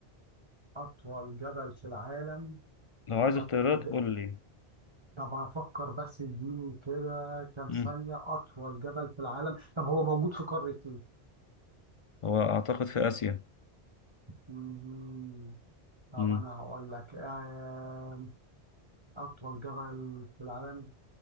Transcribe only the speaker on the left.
لو عايز
اختيارات
قول لي
مم.
هو أعتقد في آسيا
مم.